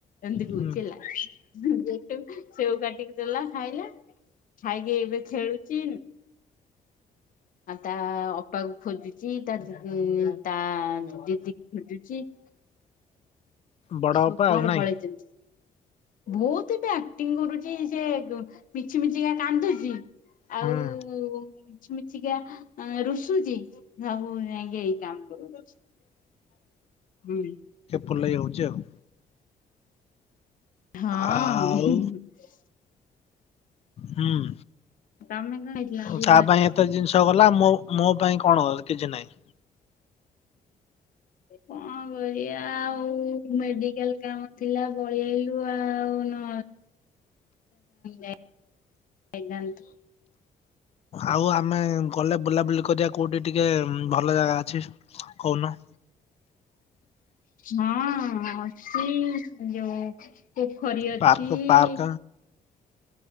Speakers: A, on the left; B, on the left.
A: ଏମତି କହୁଛି
B: ହୁଁ
A: ହେଲା, ବୁଝିଲାଠୁ ସେଉ କାଟିକି ଦେଲା ଖାଇଲା। ଖାଇକି ଏବେ ଖେଳୁଚି। ଆଉ ତା ଆ ଅପାକୁ ଖୋଜୁଚି, ତା-ଦିଁ ତା ଦିଦି କି ଖୋଜୁଚି। <inaudible>
B: ବଡ
A: ସବୁ
B: ଅପା
A: କୁଆଡେ
B: ଆଉ ନାଇଁ।
A: ପଳେଇଚନି? ବହୁତ ଏବେ ଆକ୍ଟିଂ କରୁଛି। ସେ ମିଛି ମିଛିକା କାନ୍ଦୁଛି। ଆଉ-ଉ-ଉ
B: ହୁଁ
A: ମିଛି ମିଛିକା ରୁଷୁଚି। ସବୁ ଯାଇଁକି ଏଇ କାମ। <inaudible> ହୁଁ।
B: ଫୁଲେଇ ହଉଛି ଆଉ।
A: ହଁ ଅଁ-
B: ଆଉ
A: ଅ। ହୁଁ ହୁ।
B: ହୁଁ।
A: ତମେ କଣ ହେଇଥିଲା ଦିପହରେ?
B: ତା ପାଇଁ ଏତେ ଜିନିଷ ଗଲା। ମୋ-ମୋ ପାଇଁ କଣ କିଛି ନାହିଁ?
A: କଣ କରିଆ ଆଉ ମେଡିକାଲ କାମ ଥିଲା, ପଳି ଆଇଲୁ ଆଉ। ନ <unintelligible> ନ୍ତୁ।
B: ଆଉ ଆମେ ଗଲେ ବୁଲାବୁଲି କରିବା। କୋଉଠି ଟିକେ ଭଲ ଜାଗା ଅଛି କହୁନ?
A: ହଁ ଅଛି ଯଉ ପୋଖରୀ ଅଛି-ଇ।
B: ପାର୍କ ପାର୍କ